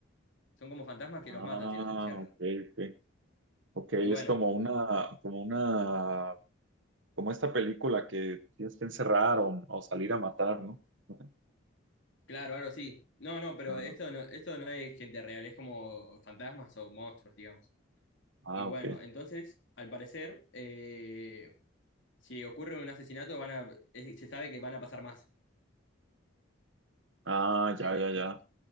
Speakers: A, on the left; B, on the right.
A: Son como fantasmas que
B: Ah,
A: los matan si no se encierran.
B: ok, ok. Ok, es
A: Y bueno,
B: como una, como una como esta película que tienes que encerrar o, o salir a matar, ¿no? <laughs>
A: Claro, algo así. No, no, pero
B: Ah,
A: esto no, esto no es gente real, es como fantasmas o monstruos, digamos.
B: ah,
A: Y bueno,
B: ok.
A: entonces, al parecer, eh, si ocurre un asesinato, van a, eh, se sabe que van a pasar más.
B: Ah,
A: Eh,
B: ya,
A: ¿me
B: ya,
A: explico?
B: ya.